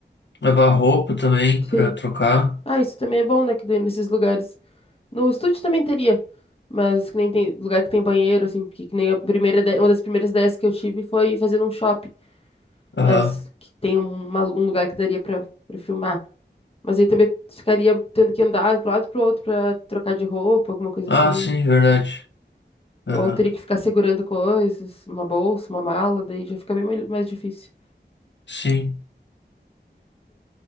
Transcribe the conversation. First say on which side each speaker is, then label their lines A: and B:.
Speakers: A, on the left (about 70°); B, on the left (about 30°).
A: Levar roupa também
B: Sim.
A: pra trocar.
B: Ah, isso também é bom, né? Que daí nesses lugares. No estúdio também teria. Mas que nem tem lugar que tem banheiro, assim, porque que nem a primeira ideia, uma das primeiras ideias que eu tive foi fazer num shopping. Mas
A: Aham.
B: que tem um, uma- um lugar que daria pra, pra filmar. Mas aí também ficaria tendo que andar pro lado e pro outro pra trocar de roupa, alguma coisa
A: Ah,
B: assim.
A: sim, verdade. Aham.
B: Ou teria que ficar segurando coisas, uma bolsa, uma mala, daí já fica bem mai- mais difícil.
A: Sim.